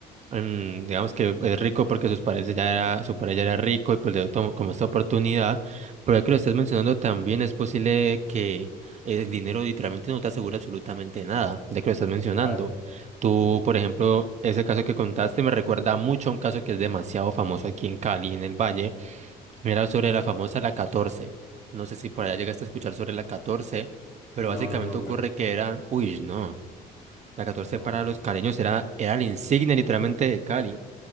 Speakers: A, on the right; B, on the left.
A: mm, digamos que es rico porque sus padres ya era, su padre ya era rico y pues le dio tomo- como esta oportunidad, pero ya que lo estás mencionando también es posible que el dinero literalmente no te asegure absolutamente nada, de que lo estás mencionando.
B: Claro,
A: Tú,
B: sí.
A: por ejemplo, ese caso que contaste me recuerda mucho a un caso que es demasiado famoso aquí en Cali, en el Valle, era sobre la famosa La catorce No sé si por allá llegaste a escuchar sobre La catorce Pero
B: No,
A: básicamente
B: no, no, me-
A: ocurre que era, uy, no. La catorce
B: no.
A: para los caleños era, era la insignia literalmente de Cali,